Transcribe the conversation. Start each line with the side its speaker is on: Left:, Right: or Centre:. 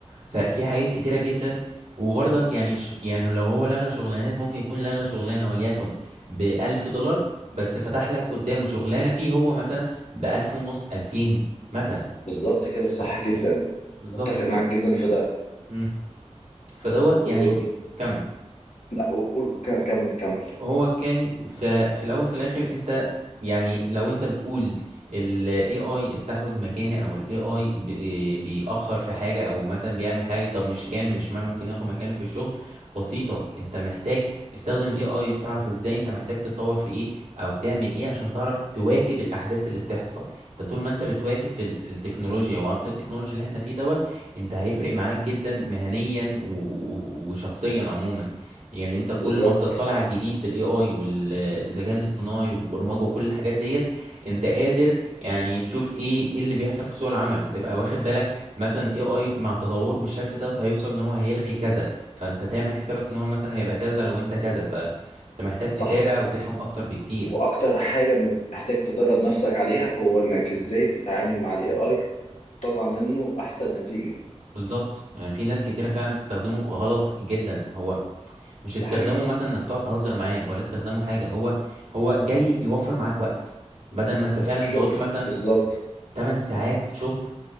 Right: ففي حاجات كتيرة جدا وبرضك يعني ش... يعني لو هو لغى شغلانات ممكن يكون لغى شغلانة وليكن بألف دولار بس فتح لك قدامه شغلانة فيه هو مثلا بألف ونص ألفين مثلا
Left: بالظبط كده
Right: ف...
Left: صح
Right: يعني
Left: جدا
Right: بالظبط
Left: متفق
Right: ف...
Left: معاك جدا في ده
Right: مم. فدوت
Left: و...
Right: يعني بي- كمل
Left: لا قول كم- كمل كمل
Right: هو كان س- في الاول في الاخر انت يعني لو انت بتقول ال AI استحوذ مكاني او ال AI ب- بيأخر في حاجة او مثلا بيعمل حاجة طب مش كامل اشمعنى ممكن ياخد مكاني في الشغل بسيطة انت محتاج استخدم ال AI تعرف ازاي انت محتاج تتطور في ايه او تعمل ايه عشان تعرف تواكب الاحداث اللي بتحصل انت طول ما انت بتواكب في ال- في التكنولوجيا وعصر التكنولوجيا اللي احنا فيه دوت انت هيفرق معاك جدا مهنيا و- و- وشخصيا عموما يعني انت كل
Left: بالظبط
Right: ما بتطلع على الجديد في الاي اي والذكاء الاصطناعي والبرمجه وكل الحاجات ديت انت قادر يعني تشوف ايه ايه اللي بيحصل في سوق العمل وتبقى واخد بالك مثلا الاي اي مع تطوره بالشكل دوت هيوصل ان هو هيلغي كذا فانت تعمل حسابك ان هو مثلا هيبقى كذا لو انت كذا فانت محتاج تتابع
Left: صح
Right: وتفهم اكتر بكتير
Left: واكتر حاجة مت- محتاج تدرب نفسك عليها هو انك ازاي تتعامل مع الاي اي وتطلع منه احسن نتيجة
Right: بالظبط يعني في ناس كتيرة فعلا بتستخدمه غلط جدا هو مش استخدامه
Left: ده حقيقي
Right: مثلا انك تقعد تهزر معاه ولا استخدامه حاجة هو هو جاي يوفر معاك وقت بدل ما انت فعلا
Left: وفي
Right: انت
Left: شغل
Right: قلت مثلا
Left: بالظبط
Right: 8 ساعات شغل